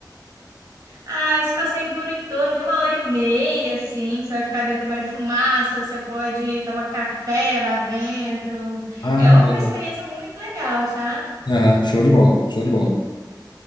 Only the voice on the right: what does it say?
Ah, esse passeio dura em torno de uma hora e meia, assim. Você vai ficar dentro da Maria Fumaça, você pode tomar café lá dentro.
É uma
experiência muito legal, sabe?